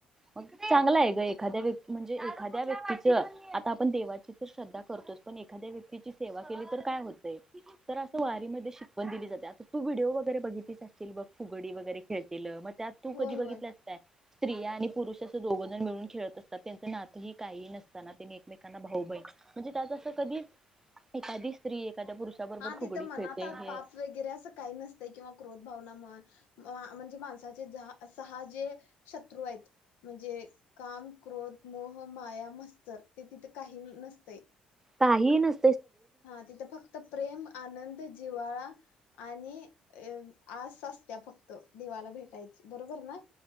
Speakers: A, on the right (about 15°); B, on the left (about 85°).
A: मग चांगल हाय गं एखाद्या व्यती म्हणजे एखाद्या व्यक्तीच आता आपण देवाची तर श्रद्धा करतोच, पण एखाद्या व्यक्तीची सेवा केली तर काय होतयं. तर असं
B: ह
A: वारीमध्ये शिक वन दिली जाते पण आता तू विडिओ वगैरे बघितली अं संतील फुगडी वगैरे खेळतेल म त्यात तू
B: होय
A: कधी बघितल्यास
B: होय.
A: काय? स्त्रिया आणि पुरुष असं दोघ जण मिळून खेळत असतात. त्यांच नातं ही काही नसताना त्यांनी एकमेकांना भाऊ बहीण म्हणजे त्यात असं कधी एखादी स्त्री एखाद्या पुरुषाबरोबर
B: हा तिथं
A: फुगडी
B: मनात
A: खेळते
B: तं
A: हे
B: पाप वगैरे असं काही नसतयं किंवा क्रोध भावना म्हण म्हणजे माणसाचे सहा जे शत्रू हायत, म्हणजे काम, क्रोध, मोह, माया, मस्तर ते तिथे काही नसतयं.
A: काही ही नस
B: हा तिथं फक्त प्रेम, आनंद, जिवाळा आणि ऐ आस असत्या फक्त देवाला भेटायची बरोबर ना?